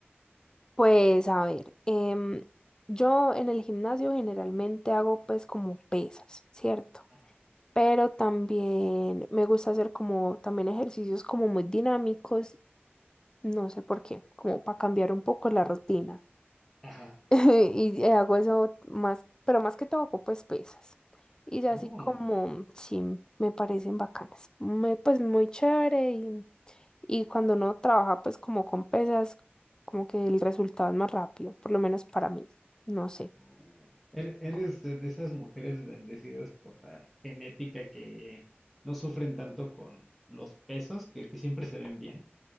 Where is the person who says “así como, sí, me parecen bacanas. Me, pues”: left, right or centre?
Left